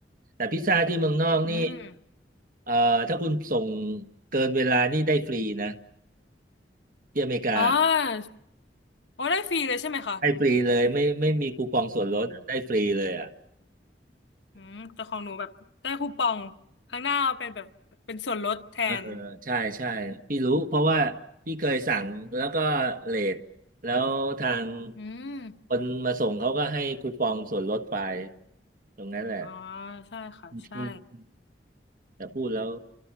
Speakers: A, on the right; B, on the left.
A: แต่พิซซ่าที่เมืองนอกนี่
B: อืม
A: เอ่อถ้าคุณส่งเกินเวลานี่ได้ฟรีนะที่อเมริกา
B: อ๋อโอ้ได้ฟรีเลยใช่ไหมคะ
A: ให้ฟรีเลยไม่ไม่มีคูปองส่วนลดได้ฟรีเลยอ่ะ
B: โอ้ อืมแต่ของหนูแบบได้คูปองข้างหน้าเอาเป็นแบบเป็นส่วนลดแทน
A: เออใช่ใช่พี่รู้เพราะว่าพี่เคยสั่งแล้วก็เลทแล้วทาง
B: อืม
A: คนมาส่งเขาก็ให้คูปองส่วนลดไปตรงนั้นแหละ
B: อ๋อใช่ค่ะใช่
A: อืมแต่พูดแล้ว